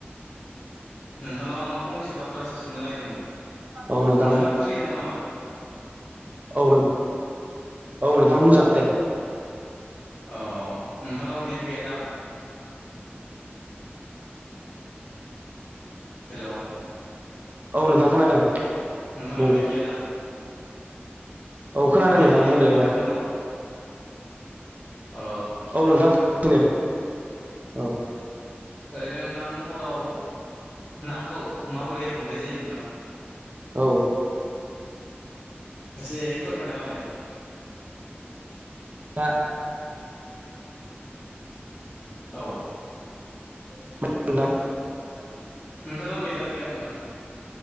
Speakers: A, on the left (about 30°); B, on the right (about 40°).
A: नोंथांनाव आङो फंनैसो बाथ्रासो सोंनो नायदोंमोन
B: औ नोंथां
A: नोंथाङा फ्रि दङ' नामा?
B: औ नों औ नोंथां बुंजागोनदे ।
A: औ नोंथांनाव नेट गैया दां हेल'
B: औ नोंथां खोनादों
A: नोंथांनाव
B: बुं
A: नेट गैया दां
B: औ खोनादों
A: नेट
B: नोंथां
A: गैया
B: बुंदो
A: नामा
B: एबार
A: नोंथांनाव औ
B: औ नोंथां खोनागासिनो औ
A: ओरैनो नोंथां हराव नाखौ माबोरै हमनाय जायो नोंथां?
B: औ
A: एसे फोरमायना होलाय
B: बा
A: औ
B: <unintelligible>
A: नोंथांनाव नेटआनो गैया नोंथां